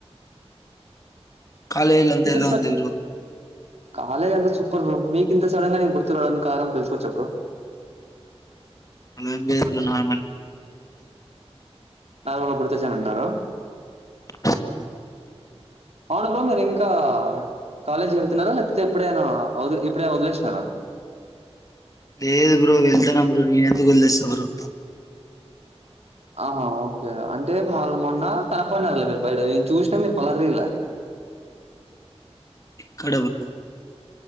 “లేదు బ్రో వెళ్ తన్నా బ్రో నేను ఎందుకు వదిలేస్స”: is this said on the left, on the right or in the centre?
Left